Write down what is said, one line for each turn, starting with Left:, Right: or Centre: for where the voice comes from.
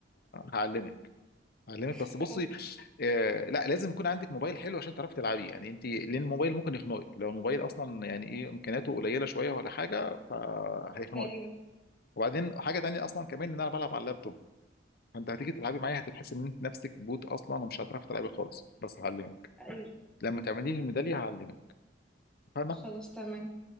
Left: هعلمك هعلمك
Centre: <laughs>
Left: بس بصي
Centre: أوكي.
Left: آه لا لازم يكون عندك موبايل حلو عشان تعرفي تلعبيه يعني انت لان الموبايل ممكن يخنقك لو الموبايل اصلا يعني ايه امكانياته قليله شويه ولا حاجه فهيخنقك
Centre: ايوه
Left: وبعدين حاجه تانية اصلا كمان ان انا بلعب على اللابتوب فانت هتيجي تلعبي معايا هتحس ان انت نفسك بوت اصلا ومش هتعرفي تلعبي خالص بس هعلمك
Centre: ايوه
Left: لما تعملي لي الميداليه هعلمك فاهمه
Centre: خلاص تمام